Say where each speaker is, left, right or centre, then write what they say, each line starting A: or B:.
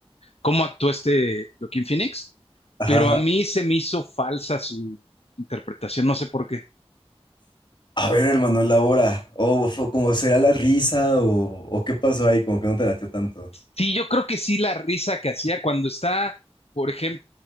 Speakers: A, on the left; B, on the left.
A: cómo actuó este Joaquín Phoenix,
B: Ajá,
A: pero
B: ajá.
A: a mí se me hizo falsa su interpretación, no sé por qué.
B: A ver, hermano, la hora, o fue como será la risa, o, o qué pasó ahí, como que no te latió tanto.
A: Sí, yo creo que sí la risa que hacía cuando está, por ejemplo,